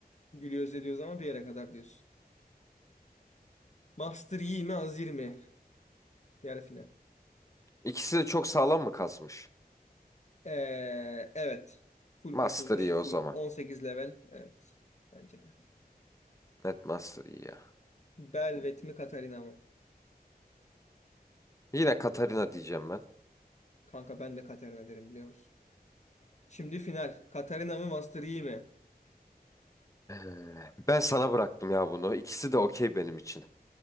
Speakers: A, on the left; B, on the left.
A: gülüyoruz ediyoruz ama bir yere kadar diyorsun. Master Yi mi Azir mi? Yarı final.
B: İkisi de çok sağlam mı kasmış?
A: Ee, evet. Full
B: Master
A: kasılmış.
B: iyi o
A: Full
B: zaman.
A: 18 level. Evet. Bence de.
B: Net Master iyi ya.
A: Belvet mi Katarina mı?
B: Yine Katarina diyeceğim ben.
A: Kanka ben de Katarina derim biliyor musun? Şimdi final. Katarina mı Master Yi mi?
B: Ee, ben sana bıraktım ya bunu. İkisi de okey benim için.